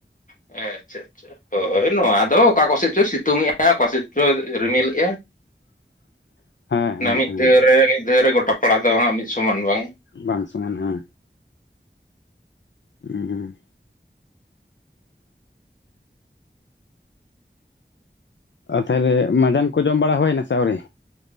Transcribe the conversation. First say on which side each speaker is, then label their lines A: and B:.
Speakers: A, on the left; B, on the left.
A: ᱮᱸ ᱟᱪᱪᱷᱟ ᱟᱪᱪᱷᱟ, ᱦᱳᱭ ᱱᱚᱣᱟ ᱫᱚ ᱚᱠᱟ ᱠᱚ ᱥᱮᱫ ᱪᱚᱭ ᱥᱤᱛᱩᱝ ᱮᱫᱼᱟ ᱚᱠᱟ ᱥᱮᱫ ᱪᱚᱭ ᱨᱤᱢᱤᱞ ᱮᱫᱼᱟ,
B: <inaudible>
A: ᱚᱱᱟ ᱢᱤᱫ
B: ᱦᱮᱸ
A: ᱫᱷᱟᱹᱣ ᱨᱮ ᱢᱤᱫ ᱫᱷᱟᱹᱣ ᱨᱮ ᱜᱚᱴᱟ ᱯᱟᱲᱟ ᱫᱚ ᱦᱟᱸᱜ ᱢᱤᱫ ᱥᱚᱢᱟᱱ ᱵᱟᱝ
B: ᱵᱟᱝ ᱥᱚᱢᱟᱱ ᱚᱜ-ᱟ, ᱦᱩᱸ ᱦᱩᱸ ᱟᱨ ᱛᱟᱦᱚᱞᱮ ᱢᱟᱡᱟᱱ ᱠᱚ ᱡᱚᱢ ᱵᱟᱲᱟ ᱦᱩᱭᱱᱟ ᱥᱮ ᱟᱹᱣᱨᱤ?